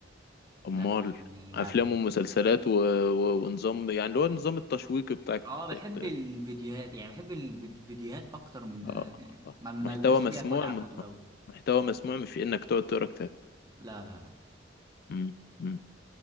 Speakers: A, on the left (about 55°); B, on the right (about 20°).
A: امال
B: لا يعني لا
A: افلام
B: لا
A: ومسلسلات و... و... ونظام يعني اللي هو النظام التشويقي بتاعك
B: اه بحب
A: اه
B: الفيديوهات يعني بحب الفيديوهات اكتر من ان
A: آه.
B: انا يعني
A: آه.
B: ما ما
A: محتوى
B: بيبقاش
A: مسموع
B: ليا خلق على الكتب قوي
A: محتوى مسموع مش انك تقعد تقرا كتاب
B: لا لا لا
A: امم